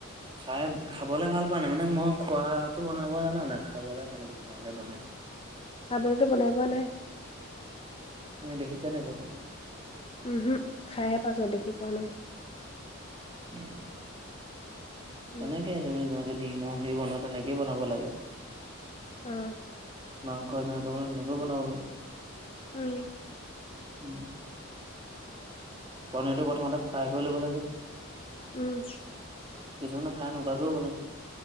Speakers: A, on the right; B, on the left.
A: খাই খাবলে ভাল পোৱা নাই মানে মই খোৱাটো বনাব জানা নাই খাবলৈ কেনেকে ভালে বনাই।
B: খাবলেটো বনাই পোৱা নাই।
A: এ দেখিছে নাই বনোৱা
B: উম হুো খাইহে পাইছোঁ দেখি পোৱা নাই
A: উম
B: উম
A: তেনেকে তুমি যেনেকে দিম সেই বনোৱা তেনেকেই বনাব লাগে
B: অহ
A: মাংস তেনেকে বনাৱ তেনেকও বনাব পাৰি
B: উম
A: উম পনীৰটো প্ৰথমতে ফ্ৰাই কৰি ল'ব লাগে
B: উম
A: কিছুমানে ফ্ৰাই নকৰাকৈও বনাই